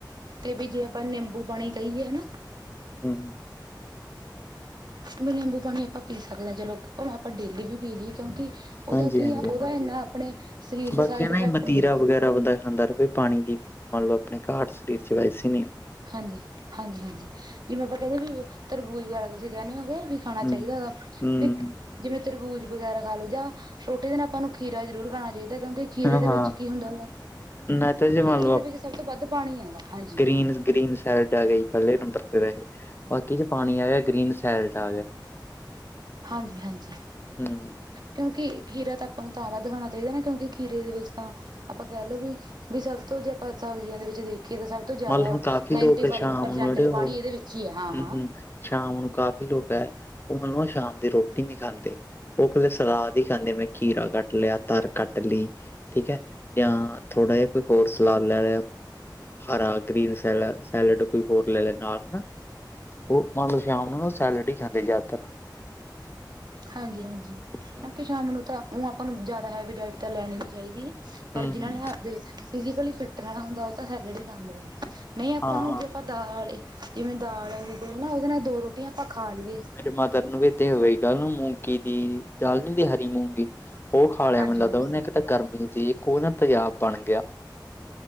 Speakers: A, on the right; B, on the left.
A: ਤੇ ਵੀ ਜੇ ਆਪਾਂ ਨਿੰਬੂ ਪਾਣੀ ਕਹੀਏ, ਹੈਨਾ।
B: ਹੂੰ
A: ਵੀ ਨਿੰਬੂ ਪਾਣੀ ਆਪਾਂ ਪੀ ਸਕਦੇ ਹਾਂ ਚਲੋ, ਉਹ ਆਪਾਂ ਡੇਲੀ ਵੀ ਪੀ ਲਈਏ ਕਿਉਂਕਿ ਉਹਦਾ
B: ਹਾਂਜੀ
A: ਕੀ
B: ਹਾਂਜੀ,
A: ਆ ਉਹਦਾ
B: ਹਾਂਜੀ
A: ਇੰਨਾ ਆਪਣੇ ਸਰੀਰ ਦੇ
B: ਬਾਕੀ
A: ਸਾਈਡ
B: ਏ ਨਾ
A: ਇਫੈਕਟ
B: ਮਤੀਰਾ
A: ਨਹੀਂ ਹੁੰਦਾ
B: ਵਗੈਰਾ ਬੰਦਾ ਖਾਂਦਾ ਰਵੇ ਪਾਣੀ ਦੀ ਮੰਨ ਲੳ ਘਾਟ ਸਰੀਰ ਚ ਵੈਸੇ ਨੀ
A: ਹਾਂਜੀ, ਹਾਂਜੀ ਹਾਂਜੀ ਜਿਵੇਂ ਆਪਾਂ ਕਹਿੰਦੇ ਵੀ ਤਰਬੂਜ਼ ਵਗੈਰਾ ਤੁਸੀਂ ਕਹਿਣੇ ਹੋਗੇ ਵੀ ਖਾਣਾ
B: ਹੂੰ
A: ਚਾਹੀਦਾ ਹੈ
B: ਹੂੰ।
A: ਗਾ ਜਿਵੇਂ ਤਰਬੂਜ਼ ਵਗੈਰਾ ਖਾ ਲੋ ਜਾਂ ਰੋਟੀ ਨਾਲ ਆਪਾਂ ਨੂੰ ਖੀਰਾ ਜ਼ਰੂਰ ਖਾਣਾ ਚਾਹੀਦਾ ਕਿਉਂਕਿ ਖੀਰੇ
B: ਹਾਂ
A: ਦੇ
B: ਹਾਂ
A: ਵਿੱਚ ਕੀ ਹੁੰਦਾ ਹੈਗਾ,
B: ਨਹੀਂ ਤਾਂ ਜੇ ਮੰਨ
A: ਕਿ ਖੀਰੇ ਦੇ ਵਿੱਚ ਸਭ ਤੋਂ ਵੱਧ ਪਾਣੀ ਹੈਗਾ। ਹਾਂਜੀ।
B: ਏਦੇ ਚ ਗੀਨ ਸੈਲਡ ਆ ਗਈ ਪਹਿਲੇ ਨੰਬਰ ਤੇ ਵੈਸੇ, ਬਾਕੀ ਚ ਪਾਣੀ ਆ ਗਿਆ, ਗ੍ਰੀਨ ਸੈਲਡ ਆ ਗਿਆ।
A: ਹਾਂਜੀ -ਹਾਂਜੀ।
B: ਹੂੰ।
A: ਕਿਉਂਕਿ ਖੀਰਾ ਤਾਂ ਆਪਾਂ ਨੂੰ ਤਾਂ ਤਾਜ਼ਾ ਖਾਣਾ ਚਾਹੀਦਾ ਨਾ, ਕਿਉਂਕਿ ਖੀਰੇ ਦੇ ਵਿੱਚ ਤਾਂ ਆਪਾਂ ਕਹ ਲੋੋ ਵੀ ਵੀ ਸਭ ਤੋਂ ਜੇ ਆਪਾਂ ਅੱਛਾ ਸਬਜ਼ੀਆਂ ਦੇ ਵਿੱਚ ਵੀ ਕਿ ਤਾਂ ਸਭ ਤੋਂ ਜ਼ਿਆਦਾ
B: ਮੰਨ ਲਓ ਹੁਣ ਕਾਫ਼ੀ
A: ਨਾਈਨਟੀ
B: ਲੋਕ
A: ਫਾਈਵ
B: ਸ਼ਾਮ
A: ਪਰਸੈਂਟ
B: ਨੂੰ ਜਿਹੜੇ ਉਹ
A: ਪਾਣੀ ਇਹਦੇ ਵਿੱਚ ਹੀ ਹੈ। ਹਾਂ
B: ਹੂੰ
A: ਹਾਂ।
B: ਹੂੰ ਸ਼ਾਮ ਨੂੰ, ਕਾਫ਼ੀ ਲੋਕ ਹੈ, ਉਹ ਨਾ ਸ਼ਾਮ ਦੀ ਰੋਟੀ ਨਹੀਂ ਖਾਂਦੇ। ਉਹ ਕਲੇ ਸਲਾਦ ਖਾਂਦੇ, ਬਈ ਖੀਰਾ ਕੱਟ ਲਿਆ, ਤਰ ਕੱਟ ਲਈ, ਠੀਕ ਹੈ ਜਾਂ ਥੋੜਾ ਜਿਹਾ ਕੋਈ ਹੋਰ ਲਾ ਲੈਣ ਹਰਾ ਗ੍ਰੀਨ ਸੈਲ ਸੈਲਡ ਕੋਈ ਹੋਰ ਲੇ ਲੈ ਨਾਲ ਨਾ ਉਹ ਆਮ ਲਓ ਸ਼ਾਮ ਨੂੰ ਸੈਲਡ ਹੀ ਖਾਂਦੇ ਜ਼ਿਆਦਾਤਰ।
A: ਹਾਂਜੀ ਹਾਂਜੀ,
B: ਹੂੰ
A: ਕਿਉਂਕਿ ਸ਼ਾਮ ਨੂੰ ਤਾਂ ਉਹ ਆਪਾਂ ਨੂੰ, ਜ਼ਿਆਦਾ ਹੈਵੀ ਡਾਇਟ ਤਾਂ ਲੈਣੀ ਨੀ ਚਾਹੀਦੀ। ਪਰ
B: ਹੂੰ
A: ਜਿਹਨਾਂ ਨੇ ਫਿਜ਼ਕਲੀ ਫਿਟ ਰਹਿਣਾ ਹੁੰਦਾ ਉਹ ਤਾਂ ਸੈਲਡ ਹੀ ਖਾਂਦੇ ਆ। ਨਹੀਂ ਆਪਾਂ
B: ਹਾਂ ਹਾਂ
A: ਨੂੰ, ਜੇ ਆਪਾਂ ਦਾਲ ਜਿਵੇਂ ਦਾਲ ਹੈਗੀ ਕੋਈ ਨਾ, ਉਹਦੇ ਨਾਲ ਦੋ ਰੋਟੀਆਂ ਆਪਾਂ ਖਾ ਲਈਏ
B: ਫੇਰ ਮਦਰ ਨੂੰ ਵੀ ਤੇ ਹੋਏਗਾ ਨਾ ਕੀ ਮੂੰਗੀ ਦੀ ਦਾਲ ਨੀ ਹੁੰਦੀ ਹਰੀ ਮੂੰਗੀ, ਉਹ ਖਾ ਲਿਆ
A: ਹਾਂਜੀ-ਹਾਂਜੀ-ਹਾਂਜੀ
B: ਮੈਨੂੰ ਲਗਦਾ ਉਹਨੇ, ਕਿਤੇ ਗਰਮੀ ਜਿਹੀ। ਕੋ ਨਾ ਤੇਜਾਬ ਬਣ ਗਿਆ,